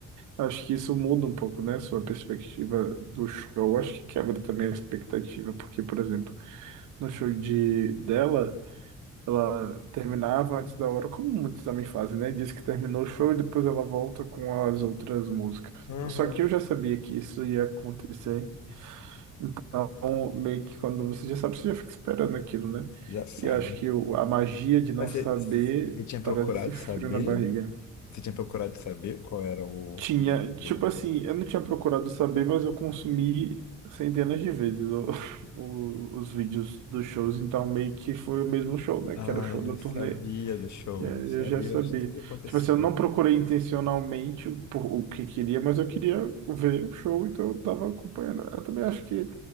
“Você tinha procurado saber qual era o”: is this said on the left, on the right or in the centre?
Left